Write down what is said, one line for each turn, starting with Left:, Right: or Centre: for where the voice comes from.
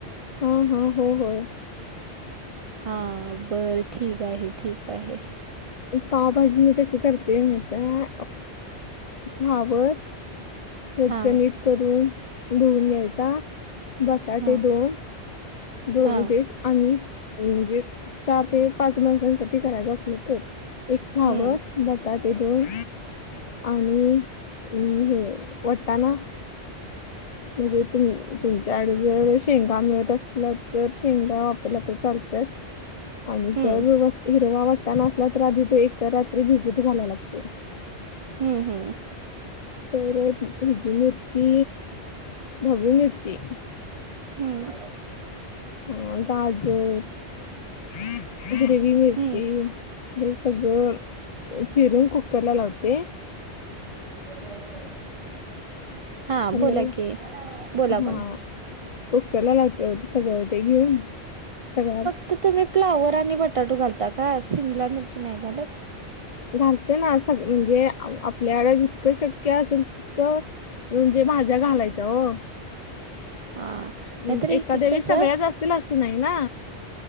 Left: हा हा हो हो.
Right: हा, बरं ठीक आहे ठीक आहे.
Left: पावभाजी मी कशी करते, माहित आहे फ्लावर स्वच्छ
Right: हा
Left: नीट करून धुवून घ्यायचा, बटाटे
Right: हा
Left: दोन दोन
Right: हा
Left: म्हणजे आम्ही, म्हणजे चार ते पाच माणसांसाठी करायचं असल तर. एक फ्लावर.
Right: हम्म
Left: बटाटे दोन आणि हे वटाणा. म्हणजे तुम -तुमच्याकडे जर शेंगा मिळत असल्या तर, शेंगा वापरल्या तर चालत्यात. आणि
Right: हम्म
Left: जर व-हिरवा वाटाणा असला तर, आधी ते एका रात्रीत भिजत घालायला लागतयं.
Right: ह ह.
Left: परत हिजी मिरची ढबू मिरची.
Right: हम्म,
Left: अ गाजर, हिरवी मिरची.
Right: हम्म
Left: हे सगळं चिरून कुकर ला लावते.
Right: <unintelligible> हा,
Left: हॅलो
Right: बोला कि बोला
Left: हा
Right: बोला.
Left: कुकरला लावते, ओ सगळ ते घेऊन सगळ्या
Right: तर तुम्ही फ्लावर आणि बटाटो घालता का, शिमला मिरची नाही घालत.
Left: घालते ना, स -म्हणजे आपल्याकड जितकं शक्य असेल असलं तितकं म्हणजे भाज्या घालायच्या ओ.
Right: हा.
Left: अ
Right: नाहीतर एक
Left: एखाद्या
Right: एक
Left: वेळी
Right: कसं
Left: सगळ्याच असतील असं नाही ना.